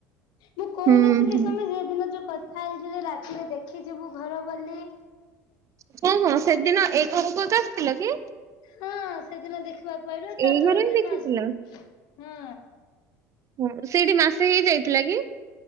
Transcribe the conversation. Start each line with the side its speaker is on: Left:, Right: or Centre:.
Left: ମୁଁ କହୁନଥିଲି
Right: ହୁଁ ହୁଁ।
Left: ସୁମି ସେଦିନ ଯୋଉ କଥା ହେଇଥିଲେ ରାତିରେ ଦେଖିଯିବୁ ଘର ବୋଲି
Right: ହଁ ହଁ ସେଦିନ ଏଇ ଘରକୁ ଆସିଥିଲ କି?
Left: ହଁ ସେଦିନ ଦେଖିବାକୁ ପରେ ତା
Right: ଏଇ
Left: ପର
Right: ଘରେ ହିଁ
Left: ଦିନ
Right: ଦେଖିଥିଲ।
Left: ଆସିଲୁ ହଁ।
Right: ହ ସେଇଠି ମାସେ ହେଇ ଯାଇଥିଲା କି?